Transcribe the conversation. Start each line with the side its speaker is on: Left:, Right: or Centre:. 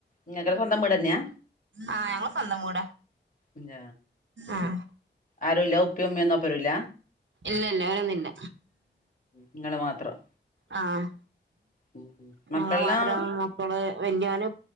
Left: ഇങ്ങക്ക് സ്വന്തം വീടെന്ന്യാ
Right: ആഹ് ഞങ്ങള് സ്വന്തം വീടാ
Left: ഇല്ല
Right: ആഹ്
Left: ആരുല്ല ഉപ്പയും ഉമ്മയൊന്നും ഒപ്പരൂല്ല
Right: ഇല്ല ഇല്ല വേറൊന്നില്ല
Left: നിങ്ങള് മാത്രം
Right: ആഹ്
Left: ഉം
Right: ഞങ്ങള്
Left: മക്കളെല്ലാം
Right: മാത്രം ഒള്ളൂ ഇപ്പള് വല്യവന്